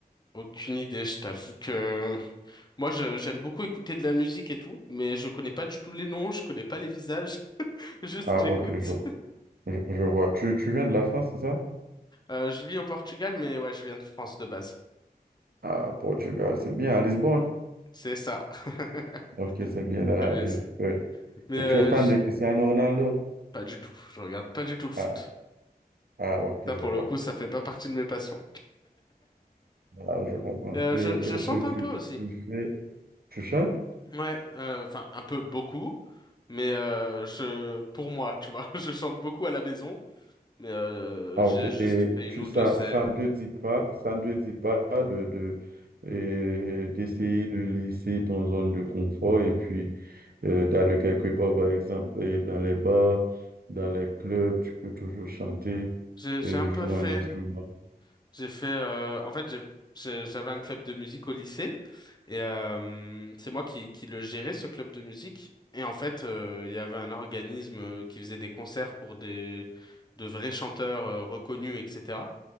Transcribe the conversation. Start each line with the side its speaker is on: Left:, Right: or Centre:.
Left: Aucune idée, je t'avoue que Moi, je- j'aime beaucoup écouter de la musique et tout, mais je connais pas du tout les noms, je connais pas les visages, <laughs> juste
Right: Ah,
Left: j'écoute.
Right: ok, je, je, je vois. Tu, tu viens de la France, c'est ça?
Left: Euh, je vis au Portugal, mais ouais, je viens de France de base.
Right: Ah, Portugal, c'est bien, à Lisbonne.
Left: C'est ça. <laughs>
Right: Ok, c'est bien dans la
Left: Comme les-
Right: ville. ouais.
Left: Mais
Right: Et
Left: euh,
Right: tu es fan
Left: je-
Right: de Cristiano Ronaldo?
Left: pas du tout. Je regarde pas du tout le foot.
Right: Ah, ah, ok,
Left: Ça,
Right: je
Left: pour
Right: vois.
Left: le coup, ça fait pas partie de mes passions.
Right: Ah, je comprends.
Left: Et, euh,
Right: Et
Left: je, je
Right: qu'est-ce
Left: chante
Right: que
Left: un peu aussi.
Right: tu fais? Tu chantes?
Left: Ouais, euh, enfin un peu beaucoup, mais euh, je, pour moi, tu vois, <laughs> je chante beaucoup à la maison, mais euh,
Right: Ah,
Left: j'ai
Right: ok.
Left: juste
Right: Et
Left: fait
Right: tu,
Left: une ou
Right: ça,
Left: deux scènes.
Right: ça ne te dit pas, ça ne te dit pas de, de, et d'essayer de laisser ton zone de confort et puis euh, d'aller quelque part, par exemple, euh, dans les bars, dans les clubs, tu peux toujours chanter,
Left: J'ai, j'ai
Right: euh,
Left: un peu
Right: jouer
Left: fait.
Right: un instrument.
Left: J'ai fait, euh, en fait, j'ai- j'ai- j'avais un club de musique au lycée et euh, c'est moi qui, qui le gérais, ce club de musique. Et en fait, euh, il y avait un organisme euh, qui faisait des concerts pour des, de vrais chanteurs euh, reconnus, etc.